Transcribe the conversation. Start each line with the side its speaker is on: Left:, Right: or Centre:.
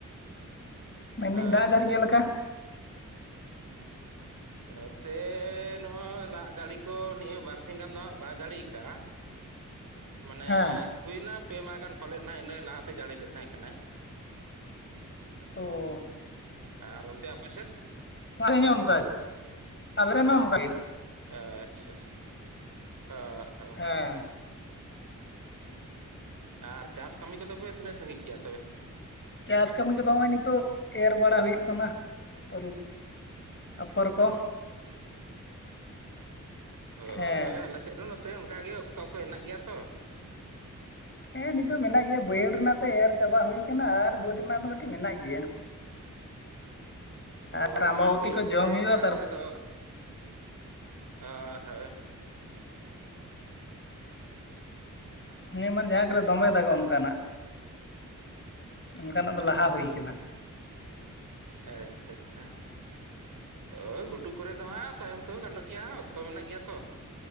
Left: ᱢᱮᱱᱫᱮᱧ
Right: ᱟᱪᱪᱷᱟ
Left: ᱫᱟᱜ ᱡᱟᱹᱲᱤ ᱪᱮᱫ
Right: ᱟᱪᱪᱷᱟ
Left: ᱞᱮᱠᱟ?
Right: ᱱᱚᱛᱮ ᱱᱚᱜᱼᱚᱭ ᱫᱟᱜ ᱡᱟᱹᱲᱤ ᱠᱚ ᱱᱤᱭᱟᱹ ᱵᱟᱨᱥᱤᱧ ᱜᱟᱱ ᱫᱚ ᱦᱟᱸᱜ ᱵᱟᱭ ᱡᱟᱹᱲᱤ ᱭᱟᱠᱟᱜᱼᱟ ᱾ ᱢᱟᱱᱮ
Left: ᱦᱮᱸ
Right: ᱦᱩᱭᱱᱟ ᱯᱮ ᱢᱟᱦᱟ ᱜᱟᱱ ᱯᱟᱞᱮᱫ ᱱᱟᱜ ᱤᱱᱟᱹ ᱞᱟᱦᱟᱛᱮᱭ ᱡᱟᱹᱲᱤ ᱞᱮᱫ ᱛᱟᱦᱮᱸᱠᱟᱱᱟᱭ ᱾
Left: ᱚᱻ
Right: ᱟᱨ ᱚᱱᱛᱮ ᱟᱯ ᱥᱮᱫ?
Left: <unintelligible> ᱚᱱᱠᱟ ᱟᱞᱮ ᱢᱟ ᱚᱱᱠᱟᱜᱮ᱾
Right: ᱟᱪᱪᱷᱟ <unintelligible>
Left: ᱦᱮᱸ
Right: ᱟᱨ ᱪᱟᱥ ᱠᱟᱹᱢᱤ ᱠᱚᱫᱚ ᱯᱮ ᱛᱤᱱᱟᱹᱜ ᱥᱟᱺᱜᱤᱧ ᱠᱮᱜᱼᱟ ᱛᱚᱵᱮ?
Left: ᱪᱟᱥ ᱠᱟᱹᱢᱤ ᱠᱚᱫᱚ ᱱᱚᱜᱼᱚᱭ ᱱᱤᱛᱳ ᱮᱨ ᱵᱟᱲᱟ ᱦᱩᱭᱩᱜ ᱠᱟᱱᱟ ᱛᱚᱞ- ᱟᱯᱷᱚᱨ ᱠᱚ
Right: ᱦᱚᱭ
Left: ᱦᱮᱸ
Right: ᱟᱞᱮ ᱥᱮᱫ ᱦᱚᱸ ᱱᱚ- ᱥᱮ ᱚᱱᱠᱟ ᱜᱮ ᱚᱠᱛᱚ ᱠᱚ ᱦᱮᱱᱟᱜ ᱜᱮᱭᱟ ᱛᱚ᱾
Left: ᱦᱮᱸ ᱱᱤᱛᱳ ᱢᱮᱱᱟᱜ ᱜᱮᱭᱟ ᱵᱟᱹᱭᱦᱟᱹᱲ ᱨᱮᱱᱟᱜ ᱫᱚ ᱮᱨ ᱪᱟᱵᱟ ᱦᱩᱭ ᱟᱠᱟᱱᱟ ᱟᱨ ᱵᱟᱹᱫᱽ ᱨᱮᱱᱟᱜ ᱫᱚ ᱠᱟᱹᱴᱤᱡ ᱢᱮᱱᱟᱜ ᱜᱮᱭᱟ
Right: ᱦᱳᱭ
Left: ᱟᱨ ᱟᱢᱵᱟᱵᱚᱛᱤ
Right: ᱚᱱᱟ ᱵᱟᱹᱭᱦᱟᱹᱲ
Left: ᱠᱚ ᱡᱚᱢ
Right: ᱠᱚᱨᱮ
Left: ᱦᱩᱭᱩᱜᱼᱟ
Right: ᱡᱟᱦᱟᱸ
Left: ᱛᱟᱨ
Right: ᱠᱚᱨᱮ ᱫᱚ <unintelligible>
Left: ᱦᱮᱸ ᱢᱟᱱᱮ ᱡᱟᱦᱟᱸ ᱠᱚᱨᱮ ᱫᱚᱢᱮ ᱫᱟᱜᱚᱜᱟ ᱚᱱᱠᱟᱱᱟᱜ ᱚᱱᱠᱟᱱᱟᱜ ᱫᱚ ᱞᱟᱦᱟ
Right: ᱦᱳᱭ
Left: ᱦᱩᱭ ᱠᱟᱱᱟ
Right: ᱟᱪᱪᱷᱟ ᱟᱪᱪᱷᱟ ᱳᱭ ᱜᱷᱩᱴᱩ ᱠᱚᱨᱮ ᱫᱚ ᱦᱟᱸᱜ ᱛᱟᱭᱚᱢ ᱛᱮᱦᱚᱸ ᱜᱟᱱᱚᱜ ᱜᱮᱭᱟ ᱦᱟᱸᱜ ᱚᱠᱛᱚ ᱢᱮᱱᱟᱜ ᱜᱮᱭᱟ ᱛᱚ